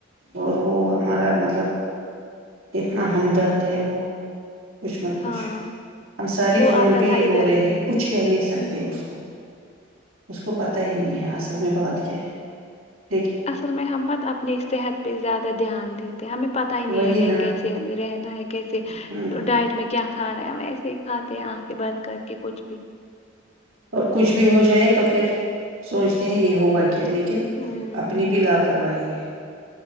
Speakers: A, on the right; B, on the left.
A: اور وہ ہمارا مطلب اتنا ہمدرد ہے وہ کچھ مت پوچھو
B: ہاں
A: ہم سارے
B: وہ
A: فون
B: آتا
A: پہ
B: تھا
A: ہی رو
B: ادھر
A: رہے
B: بھی
A: ہیں کچھ کہہ نہیں سکتے
B: ہوں
A: اس کو اس کو پتا ہی نہیں ہے اصل میں بات ج <unintelligible>
B: اصل میں ہمت اپنی صحت پہ زیادہ دھیان دیتے ہیں ہمیں پت ہی نہیں
A: وہی
B: ہے
A: نا
B: کیسے ہمیں رہنا ہے کیسے
A: ہوں
B: ڈائٹ میں کیا کھانا ہے ویسے ہی کھاتے ہیں آنکھیں بند کر کے کچھ بھی
A: اور کچھ بھی ہو جائے تو پھر سوچتے ہیں یہ ہوگا لیکن
B: ہ
A: اپنی بھی لاپرواہی ہے